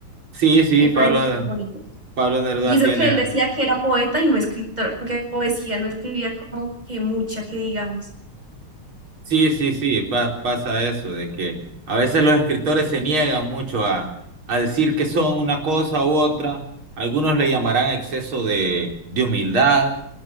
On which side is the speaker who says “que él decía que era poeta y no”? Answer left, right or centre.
Right